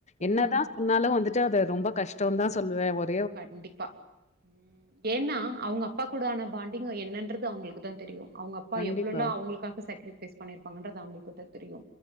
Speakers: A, on the left; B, on the right.
A: என்னதா
B: ம்
A: <inaudible> நாலு வந்துட்டு அது ரொம்ப கஷ்டோன்தா சொல்லுவே ஒர்
B: கண்டிப்பா உம் ஏன்னா அவங்க அப்பா கூடான பாண்டிங்கு என்னன்றது அவங்களுக்குதா தெரியு அவங்க அப்பா
A: கண்டிப்பா.
B: எவ்வளவுல்ல அவங்கப்பா எவ்ளோலா அவுங்களுக்காக சேக்ரிஃபைஸ் பண்ணிருப்பாங்கன்றது அவளுக்குதா தெரியு